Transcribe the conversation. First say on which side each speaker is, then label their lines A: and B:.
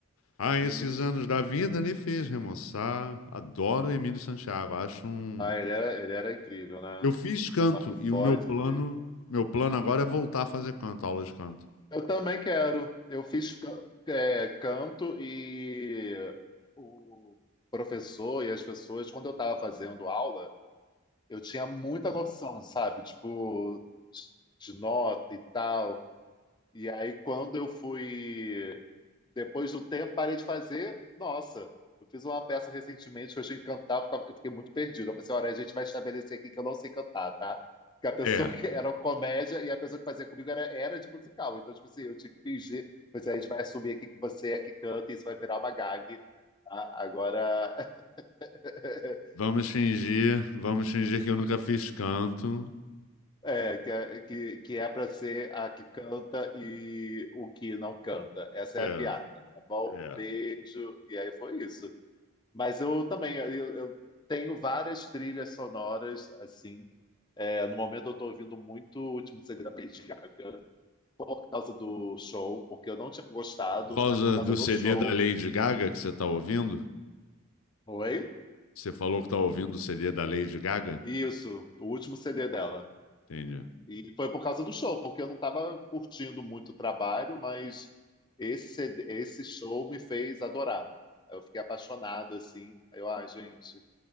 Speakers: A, on the left; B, on the left.
A: Ah, esses
B: Hum.
A: anos da vida lhe fez remoçar. Adoro o Emílio Santiago, acho um...
B: Ah, ele era, ele era incrível, né?
A: Eu fiz canto
B: Uma
A: e
B: voz
A: o meu plano,
B: incrível.
A: meu plano agora é voltar a fazer canto, aula de canto.
B: Eu também quero. Eu fiz can- é, canto e o professor e as pessoas, quando eu estava fazendo aula, eu tinha muita noção, sabe? Tipo, de de nota e tal. E aí, quando eu fui Depois do tempo, parei de fazer. Nossa, eu fiz uma peça recentemente que eu achei que cantar, eu ficava- eu fiquei muito perdido. Eu pensei, olha, a gente vai estabelecer aqui que eu não sei cantar, tá? Porque a pessoa
A: É,
B: que era uma comédia e a pessoa que fazia comigo era, era de musical. Então, tipo assim, eu tinha que fingir. Pois é, a gente vai assumir aqui que você é que canta e isso vai virar uma gag. A- Agora, <laughs>
A: Vamos fingir, vamos fingir que eu nunca fiz canto.
B: é, que, é- que, que é para ser a que canta e o que não canta. Essa
A: É,
B: é a piada, tá bom?
A: é.
B: Beijo. E aí foi isso. Mas eu também, eu, eu tenho várias trilhas sonoras, assim. É, no momento eu tô ouvindo muito o Último Segredo da Lady Gaga por causa do show, porque eu não tinha gostado,
A: Por causa
B: mas por causa
A: do
B: do
A: CD
B: show.
A: da Lady Gaga que você tá ouvindo?
B: Oi?
A: Você falou que tá ouvindo o CD da Lady Gaga?
B: Isso, o último CD dela.
A: Entendi.
B: E foi por causa do show, porque eu não estava curtindo muito o trabalho, mas esse CD, esse show me fez adorar. Eu fiquei apaixonado, assim. Aí eu, ai, gente.